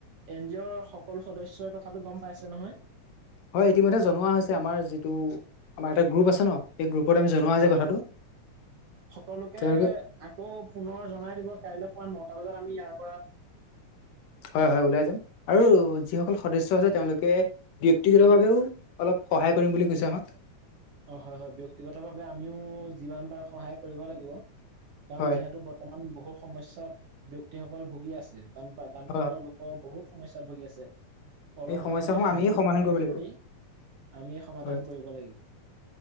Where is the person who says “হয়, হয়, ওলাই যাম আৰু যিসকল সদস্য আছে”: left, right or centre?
Left